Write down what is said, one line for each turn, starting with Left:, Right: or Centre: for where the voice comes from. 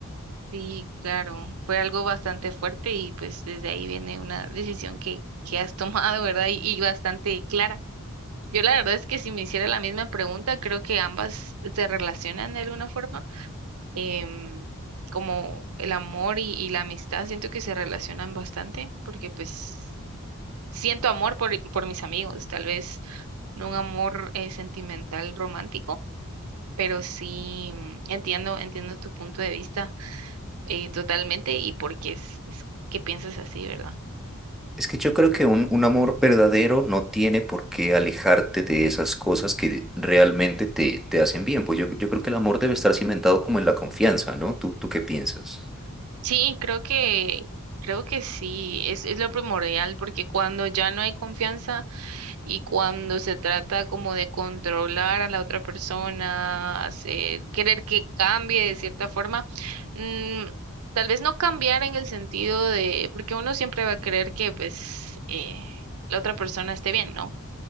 Right: Sí, claro, fue algo bastante fuerte y pues desde ahí viene una decisión que, que has tomado, ¿verdad? Y, y bastante clara. Yo la verdad es que si me hiciera la misma pregunta, creo que ambas se relacionan de alguna forma. Em, como el amor y, y la amistad, siento que se relacionan bastante porque pues siento amor por, por mis amigos, tal vez no un amor eh, sentimental romántico, pero sí mm, entiendo, entiendo tu punto de vista eh, totalmente y porque es, es que piensas así, ¿verdad?
Centre: Es que yo creo que un, un amor verdadero no tiene por qué alejarte de esas cosas que realmente te, te hacen bien. Pues yo, yo creo que el amor debe estar cimentado como en la confianza, ¿no? ¿Tú, tú qué piensas?
Right: Sí, creo que, creo que sí, es, es lo primordial, porque cuando ya no hay confianza y cuando se trata como de controlar a la otra persona, hacer, querer que cambie de cierta forma, mm, tal vez no cambiar en el sentido de, porque uno siempre va a querer que pues eh, la otra persona esté bien, ¿no?